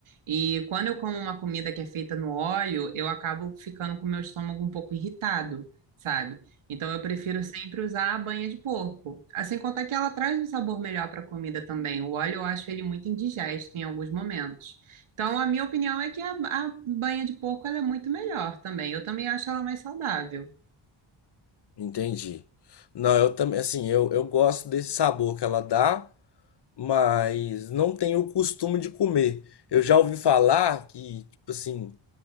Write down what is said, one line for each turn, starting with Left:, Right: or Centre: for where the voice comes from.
Right: E quando eu como uma comida que é feita no óleo, eu acabo ficando com o meu estômago um pouco irritado, sabe? Então eu prefiro sempre usar a banha de porco. Ah, Sem contar que ela traz um sabor melhor para a comida também. O óleo eu acho ele muito indigesto em alguns momentos. Então, a minha opinião é que a, a banha de porco ela é muito melhor também. Eu também acho ela mais saudável.
Left: Entendi. Não, eu também, assim, eu, eu gosto desse sabor que ela dá, mas não tenho o costume de comer. Eu já ouvi falar que, tipo assim,